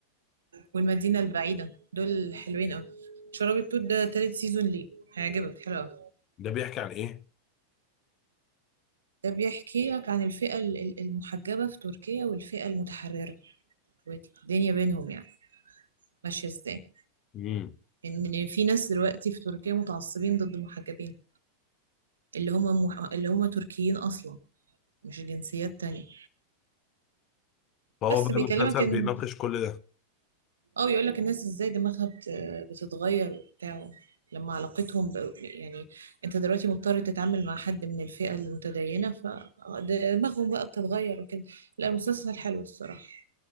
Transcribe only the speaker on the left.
ده بيحكي عن ايه
امم
فهو
بقى
المسلسل
بيناقش كل ده